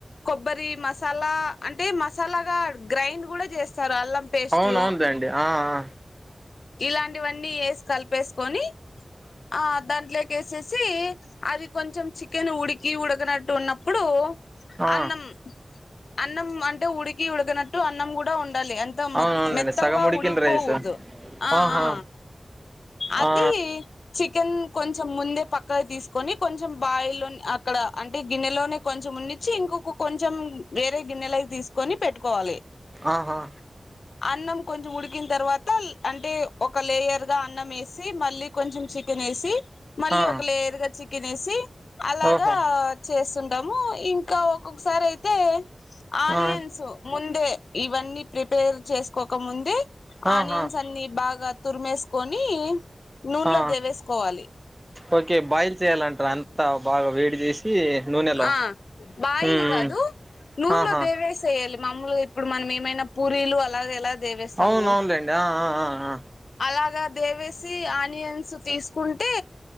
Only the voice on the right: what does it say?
అవునవునుదండి ఆ ఆ
ఆ
అవును అవునులేండి
సగం ఉడికిన
రైస్
ఆహా
ఆ
ఆహా
ఆ
ఓహో
ఆ
ఆహా
ఆ
ఓకే బాయిల్ చేయాలంటారు అంతా బాగా వేడి చేసి నూనెలో
ఉమ్
ఉమ్
ఆహా
అవును అవునులేండి ఆ ఆ ఆ